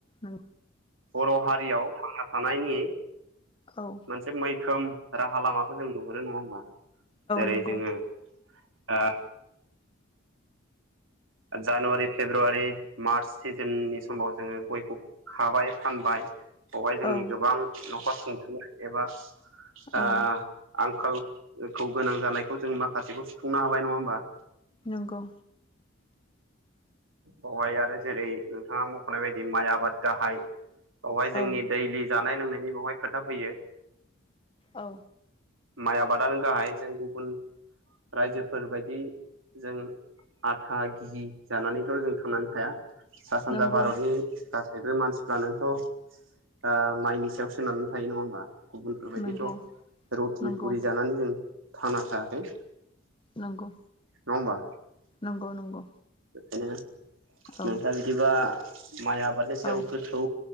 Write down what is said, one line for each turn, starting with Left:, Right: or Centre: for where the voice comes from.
Left: औ
Right: बर' हारियाव थांना थानायनि
Left: औ
Right: मोनसे मै खोम राहा लामाखौ जों नुहुरो नङा होमबा? जेरै
Left: नंगौ
Right: जोङो आ जानुवारि, फेब्रुवारि, मार्च सिजोननि समाव जोङो गयखौ खाबाय फानबाय बहाय जोंनि
Left: औ
Right: गोबां न'खर सुंथानो एबा
Left: औ
Right: आ आंखालखौ गोनां जानायखौ जों माखासेखौ सुफुंनो हाबाय नङा होमबा?
Left: नंगौ।
Right: बेवहाय आरो जेरै नोंथाङा मख'नाय बायदि माइ आबाद गाहाय बेवहाय जोंनि
Left: औ
Right: दैलि जानाय लोंनाय नि बहाय खोथा फैयो।
Left: औ।
Right: माइ आबादानो गाहाय जों गुबुन रायजोफोरबायदि जों आथा, घि जानानै थ' जों थांनानै थाया। सा सानजा
Left: नंगौ
Right: भारतनि गासैबो मानसिफ्रानोथ' आ माइनि सायाव सोननानै थायो नङा होमबा। गुबुनफोरबायदिथ'
Left: नंगौ
Right: रुथि
Left: नंगौ
Right: फुरि जानानै जों थांना थायाखै।
Left: नंगौ।
Right: नङा ओमबा।
Left: नंगौ नंगौ।
Right: <unintelligible>
Left: औ
Right: नोंथाङा बिदिबा <inaudible> माइ आबादनि सायाव
Left: औ
Right: गोथौ